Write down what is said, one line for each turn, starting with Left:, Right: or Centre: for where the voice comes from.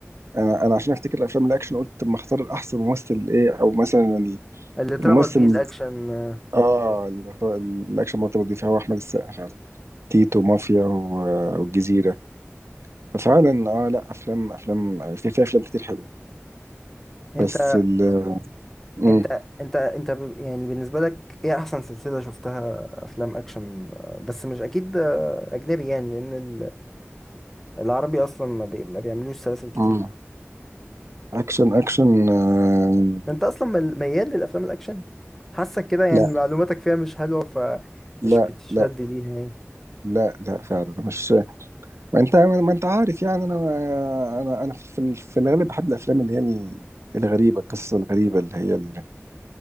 Right: انا انا عشان افتكر الافلام الاكشن قلت طب ما اختار الاحسن ممثل ايه او مثلا ال-
Centre: اللي اتربط
Right: الممثل
Centre: بيه الاكشن آه،
Right: اه اللي اختار- الاكشن مرتبط بيه فهو احمد السقا فعلا تيتو مافيا و- والجزيرة ففعلا اه لا افلام افلام في في افلام كتير حلوة
Centre: انت
Right: بس ال مم.
Centre: انت انت انت ب- يعني بالنسبه لك ايه احسن سلسله شفتها افلام اكشن آه، بس مش اكيد آه، اجنبي يعني لان ال- العربي اصلا ما, بي ما بيعملوش سلاسل كتير
Right: مم. اكشن اكشن آه
Centre: انت اصلا مل- ميال للافلام الاكشن حاسك كده يعني
Right: لا
Centre: معلوماتك فيها مش حلوه فمش
Right: لا
Centre: بتشد
Right: لا
Centre: ليها يعني
Right: لا لا فعلا مش ما انت ما انت عارف يعني انا انا انا في ال- في الغالب بحب الافلام اللي هي ال- الغريبه القصه الغريبه اللي هي ال-